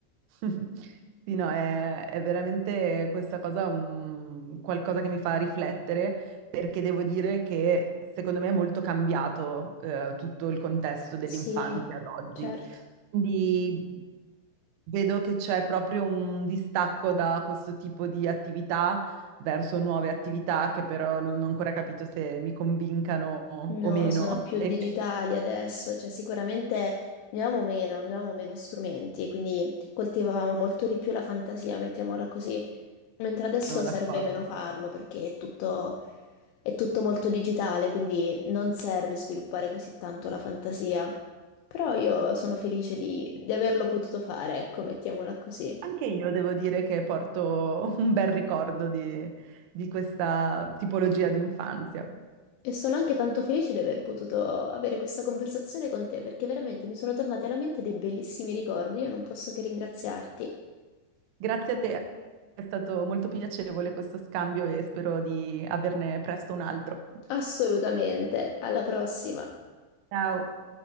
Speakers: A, on the right; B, on the left.
A: <laughs> Sì, no, è, è veramente questa cosa un, qualcosa che mi fa riflettere perché devo dire che secondo me è molto cambiato eh, tutto il contesto dell'infanzia
B: Sì,
A: ad oggi.
B: certo.
A: Quindi vedo che c'è proprio un distacco da questo tipo di attività verso nuove attività che però non ho ancora capito se mi convincano
B: No,
A: o meno
B: sono più
A: e
B: digitali adesso, cioè sicuramente ne avevamo meno, ne avevamo meno strumenti, quindi coltivavamo molto di più la fantasia, mettiamola così. Mentre adesso
A: sono d'accordo.
B: serve meno farlo perché è tutto, è tutto molto digitale, quindi non serve sviluppare così tanto la fantasia. Però io sono felice di, di averlo potuto fare, ecco, mettiamola così.
A: Anche io devo dire che porto <laughs> un bel ricordo di, di questa tipologia di infanzia.
B: E sono anche tanto felice di aver potuto avere questa conversazione con te, perché veramente mi sono tornati alla mente dei bellissimi ricordi. Io non posso che ringraziarti.
A: Grazie a te, è stato molto piacevole questo scambio e spero di averne presto un altro.
B: Assolutamente. Alla prossima.
A: Ciao.